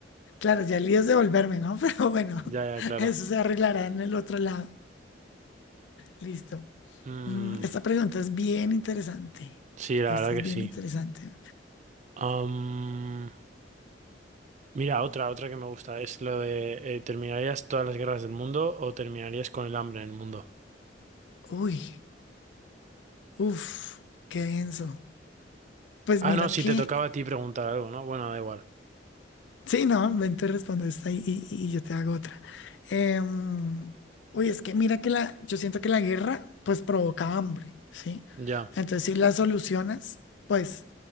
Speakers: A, on the left (about 75°); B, on the right (about 40°).
A: claro, ya el lío es devolverme, ¿no? <laughs> Pero bueno,
B: Ya, ya, claro.
A: eso se arreglará en el otro lado. Listo.
B: Mm,
A: Mm, Esta pregunta es bien interesante.
B: sí, la
A: Esta
B: verdad
A: es
B: que
A: bien
B: sí.
A: interesante.
B: Am, Mira, otra, otra que me gusta es lo de eh, ¿terminarías todas las guerras del mundo o terminarías con el hambre en el mundo?
A: Uy, uff, qué denso. Pues
B: Ah,
A: mira
B: no, si
A: que
B: te tocaba a ti preguntar algo, ¿no? Bueno, da igual.
A: Sí, no, ven, tú respondes esta y, y- y yo te hago otra. Em, uy, es que mira que la, yo siento que la guerra pues provoca hambre, ¿sí?
B: Ya,
A: Entonces, si la solucionas, pues,